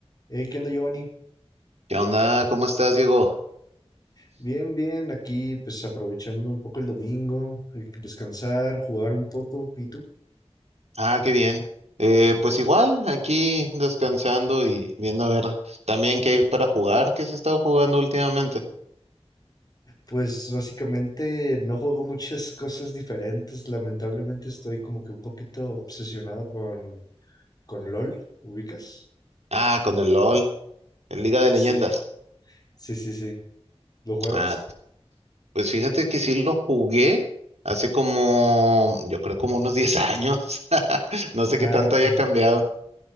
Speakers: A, on the left; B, on the right.
A: Hey, ¿qué onda, Giovanni?
B: ¿Qué onda? ¿Cómo estás, Diego?
A: Bien, bien, aquí pues aprovechando un poco el domingo, eh, descansar, jugar un poco. ¿Y tú?
B: Ah, qué bien. Eh, pues igual, aquí descansando y viendo a ver también qué hay para jugar, qué se ha estado jugando últimamente.
A: Pues básicamente no juego muchas cosas diferentes. Lamentablemente estoy como que un poquito obsesionado con, con LOL. ¿Ubicas?
B: Ah, con el LOL, el Liga de Leyendas.
A: Sí, sí, sí, sí. ¿Lo juegas?
B: Ah, pues fíjate que sí lo jugué hace como, yo creo como unos 10 años. <laughs> No sé
A: Ah,
B: qué tanto
A: ok.
B: haya cambiado.